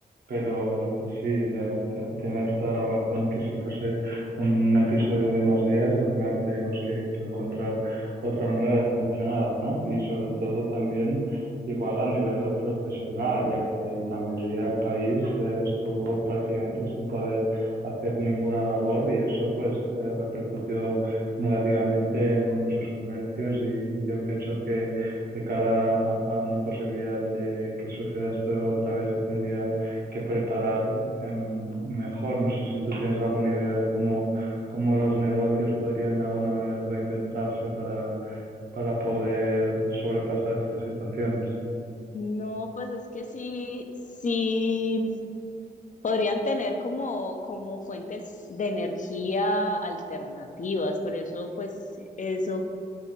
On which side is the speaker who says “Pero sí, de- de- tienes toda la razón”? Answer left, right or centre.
Right